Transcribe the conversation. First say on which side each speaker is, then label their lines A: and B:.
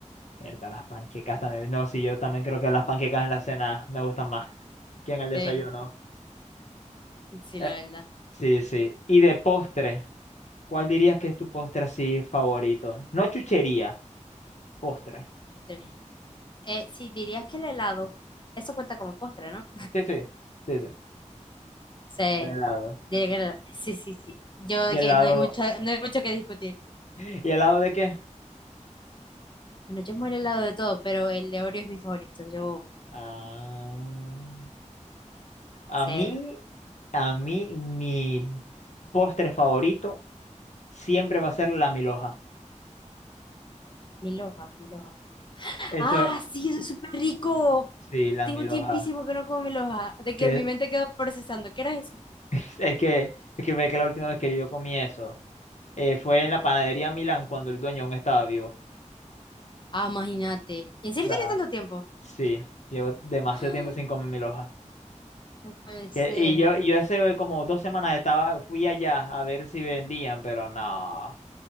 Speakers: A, on the left (about 65°); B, on the left (about 40°).
A: Berta, las panquecas también. No, sí, yo también creo que las panquecas en la cena me gustan más que en el desayuno.
B: Tres. Sí,
A: Eh,
B: la verdad.
A: sí, sí. Y de postre, ¿cuál dirías que es tu postre así favorito? No chuchería, postre.
B: Tres. Eh, sí, dirías que el helado, eso cuenta como postre, ¿no?
A: Sí, sí, sí, sí.
B: Sí.
A: El helado.
B: Diría que el- helado- sí, sí, sí. Yo de
A: ¿Y helado?
B: que no hay mucho, no hay mucho que discutir.
A: ¿Y helado de qué?
B: Bueno, yo amo el helado de todo, pero el de Oreo es mi favorito. Yo
A: Ah, a
B: sé.
A: mí, a mí, mi postre favorito siempre va a ser la milhoja.
B: Mi loja, mi loja.
A: Eso,
B: Ah, sí, eso es súper rico.
A: sí, la
B: Tengo
A: milhoja.
B: tiempísimo que no como mi loja. De que
A: Que
B: mi mente quedó procesando. ¿Qué era eso?
A: <laughs> Es que, es que ve que la última vez que yo comí eso eh, fue en la panadería Milán cuando el dueño aún estaba vivo.
B: Ah, imagínate. ¿En serio
A: O sea,
B: tenés tanto tiempo?
A: sí, llevo demasiado
B: <gasps> Ah,
A: tiempo sin comer mi loja.
B: No puede ser.
A: Que- y yo, y yo hace como dos semanas estaba, fui allá a ver si vendían, pero no,